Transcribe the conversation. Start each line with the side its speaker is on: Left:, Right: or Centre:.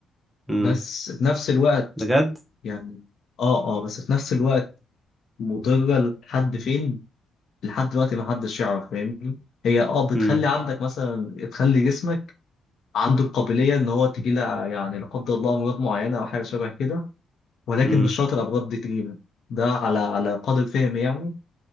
Right: امم
Left: بس في نفس الوقت
Right: بجد
Left: يعني آه آه بس في نفس الوقت مضرة لحد فين؟ لحد دلوقتي ما حدش يعرف فاهمني؟ هي آه بتخلي
Right: امم
Left: عندك مثلا تخلي جسمك عنده القابلية إن هو تجيله يعني لا قدر الله أمراض معينة أو حاجة شبه كده ولكن
Right: امم
Left: مش شرط الأمراض دي تجيله ده على على قدر فهمي يعني